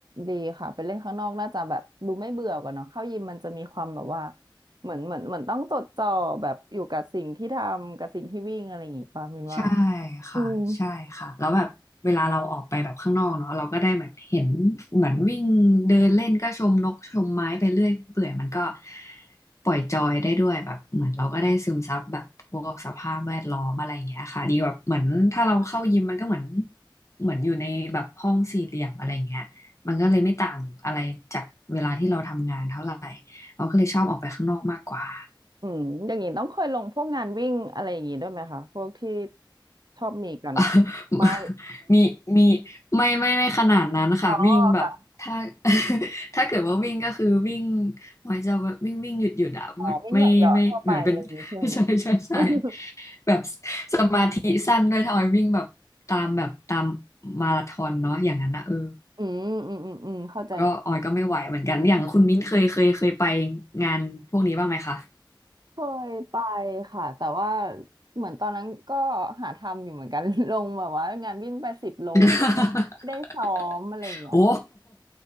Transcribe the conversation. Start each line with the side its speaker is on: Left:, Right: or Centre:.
Right: ดีค่ะไปเล่นข้างนอกน่าจะแบบดูไม่เบื่อกันเนาะเข้ายิมมันจะมีความแบบว่าเหมือนเหมือนเหมือนต้องจดจ่อแบบอยู่กับสิ่งที่ทำกับสิ่งที่วิ่งอะไรอย่างงี้ป่ะมินว่า
Left: ใช่ค่ะใช่ค่ะแล้วแบบเวลาเราออกไปแบบข้างนอกเนาะเราก็ได้เหมือนเห็นเหมือนวิ่งเดินเล่นก็ชมนกชมไม้ไปเรื่อยเปื่อยมันก็
Right: อืม
Left: ปล่อยจอยได้ด้วยแบบเหมือนเราก็ได้ซึมซับแบบพวกสภาพแวดล้อมอะไรอย่างเงี้ยค่ะดีแบบเหมือนถ้าเราเข้ายิมมันก็เหมือนเหมือนอยู่ในแบบห้องสี่เหลี่ยมอะไรอย่างเงี้ยมันก็เลยไม่ต่างอะไรจากเวลาที่เราทำงานเท่าไหร่เราก็เลยชอบออกไปข้างนอกมากกว่า
Right: อืมอย่างนี้ต้องเคยลงพวกงานวิ่งอะไรอย่างนี้ด้วยไหมคะพวกที่ชอบมีกัน
Left: <laughs>
Right: ไม่
Left: มีมีไม่ไม่ไม่ขนาดนั้นค่ะวิ่งแบบถ้า
Right: อ๋อค่ะ
Left: <laughs> ถ้าเกิดว่าวิ่งก็คือวิ่งหมายจะวิ่งวิ่งหยุดหยุดอะไม่ไม่เหมือนเป็น
Right: อ๋อวิ่งเหยาะๆทั่วไปอะไรอย่างนี้ใช่ไหม
Left: <laughs> ใช่ใช่ใช่
Right: <laughs>
Left: แบบสมาธิสั้นด้วยถ้าออยวิ่งแบบตามแบบตามมาราธอนเนาะอย่างนั้นนะเออ
Right: อืมอืมอืมอืมเข้าใจได้
Left: ก็ออยก็ไม่ไหวเหมือนกันอย่างคุณมิ้นเคยเคยเคยไปงานพวกนี้บ้างไหมคะ
Right: เคยไปค่ะแต่ว่าเหมือนตอนนั้นก็หาทำอยู่เหมือนกัน <laughs> ลงแบบว่างานวิ่งไปสิบโล
Left: <laughs>
Right: ไม่ได้ซ้อมอะไรอย่างเงี้ย
Left: โอ้